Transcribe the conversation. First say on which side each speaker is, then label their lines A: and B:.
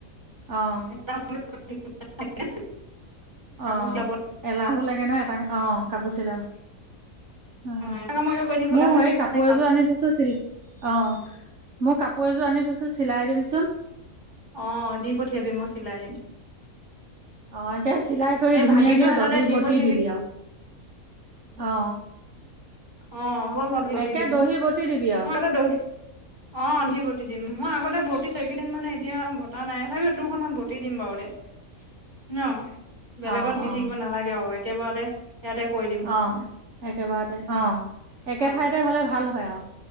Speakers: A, on the right; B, on the right.
A: অহ।
B: এটা <unintelligible> কাপোৰ
A: অ
B: চিলাব
A: এলাহো লাগে। নাহ এটা। অ কাপোৰ চিলাওঁ অ
B: এটা কামকে কৰি থাকিব এলাহ
A: মই
B: লাগে
A: এই
B: সেইকাৰণে
A: কাপোৰ এযোৰ আনি থৈছোঁ চিল্ক অ। মই কাপোৰ এযোৰ আনি থৈছোঁ চিলাই দিবিচোন।
B: অ দি পঠিয়াবি মই চিলাই দিম।
A: অ। তাকে চিলাই কৰি
B: এই
A: ধুনীয়াকে
B: ভাগিনটোৰ হাততে
A: দহি
B: দি
A: বতি
B: পঠিয়াবি।
A: দিবি আৰু অ।
B: অ হ'ব মই ধতি
A: একে
B: দিম
A: দহি বটি দিবি আৰু
B: মই দ অ। বটি দিম মই আগতে বতিছো এইকেইদিন মানে এতিয়া বতা নাই তথাপিও তোৰখনত বটি দিম বাৰু দে নহ। বেলেগত
A: অ
B: দি
A: অ
B: থাকিব নালাগে অ একেবাৰতে ইয়াতে কৰি দিম চব
A: অ
B: মই।
A: একেবাৰতে অ একে
B: অ',
A: ঠাইতে হ'লে ভাল হয় আৰু হয়